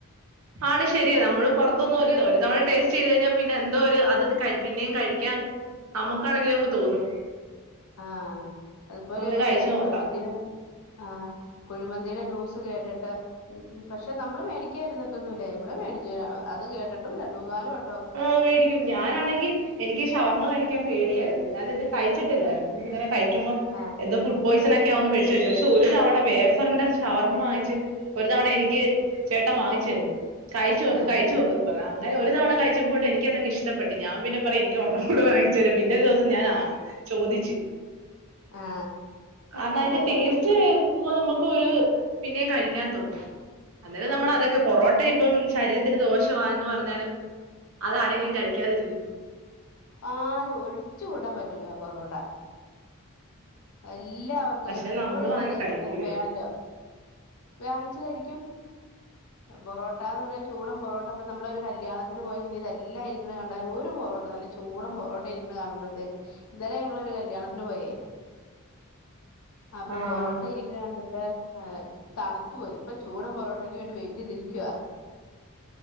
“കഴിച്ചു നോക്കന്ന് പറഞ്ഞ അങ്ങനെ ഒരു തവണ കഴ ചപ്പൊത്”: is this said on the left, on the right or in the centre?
Right